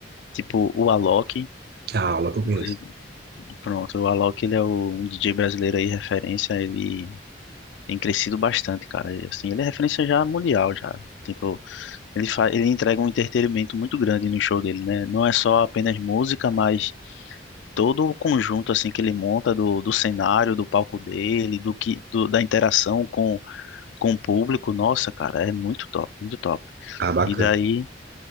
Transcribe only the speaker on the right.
A aula que eu
conheço.
Ah, bacana.